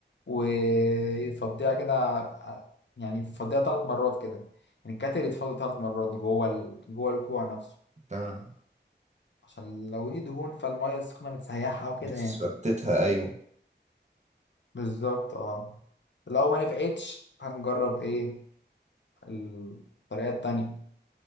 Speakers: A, on the left (about 70°); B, on the right (about 40°).
A: وفضيها كده ع- يعني فضيها ثلاث مرات كده يعني الكاتل يتفضى ثلاث مرات جوه ال... جوه الكوع نفسه
B: تمام
A: عشان لو دي دهون فالميه السخنه بتسيحها وكده
B: بتثبتها
A: يعني
B: ايوه
A: بالظبط اه لو ما نفعتش هنجرب ايه الطريقة التانية